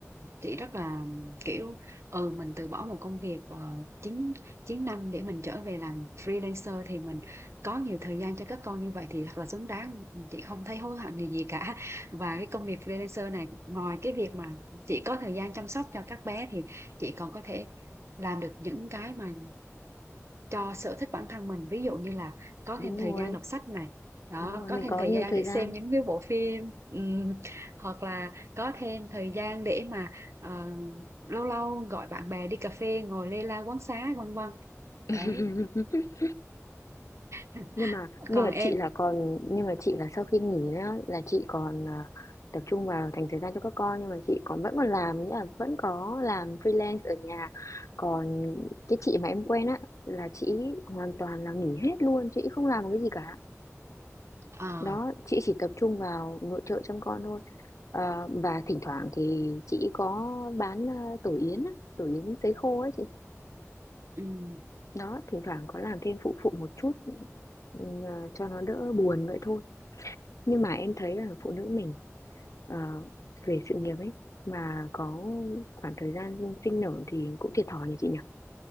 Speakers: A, on the right; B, on the left.
A: chị rất là kiểu ừ mình từ bỏ một công việc ờ, chín chín năm để mình trở về làm freelancer thì mình có nhiều thời gian cho các con như vậy thì thật là xứng đáng chị không thấy hối hận gì gì cả và cái công việc freelancer này ngoài cái việc mà chị có thời gian chăm sóc cho các bé thì chị còn có thể làm được những cái mà cho sở thích bản thân mình ví dụ như là có
B: đúng
A: thêm thời
B: rồi
A: gian đọc sách này đó
B: đúng rồi
A: có
B: mình
A: thêm
B: có
A: thời
B: nhiều
A: gian
B: thời
A: để
B: gian
A: xem những cái bộ phim ừm, hoặc là có thêm thời gian để mà ờ, lâu lâu gọi bạn bè đi cà phê ngồi lê la quán xá vân vân
B: <laughs>
A: đấy <laughs>
B: nhưng mà nhưng
A: còn
B: mà
A: em
B: chị là còn nhưng mà chị là sau khi nghỉ á, là chị còn à, tập trung vào dành thời gian cho các con nhưng mà chị còn vẫn còn làm nghĩa là vẫn có làm freelance ở nhà còn cái chị mà em quen á là chị hoàn toàn là nghỉ hết luôn chị không làm một cái gì cả
A: Ờ,
B: đó chị chỉ tập trung vào nội trợ chăm con thôi Ờ, và thỉnh thoảng thì chị có bán à, tổ yến á, tổ yến sấy khô ấy chị
A: ừm.
B: đó thỉnh thoảng có làm thêm phụ phụ một chút ừ, à, cho nó đỡ buồn vậy thôi nhưng mà em thấy là phụ nữ mình ờ, về sự nghiệp ấy mà có khoảng thời gian sinh nở thì cũng thiệt thòi nhỉ chị nhỉ